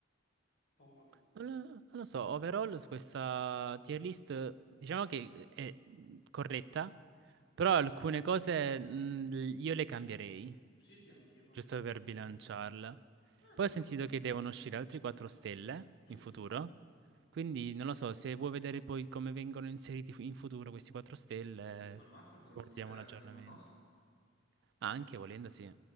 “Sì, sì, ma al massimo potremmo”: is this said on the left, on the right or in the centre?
Left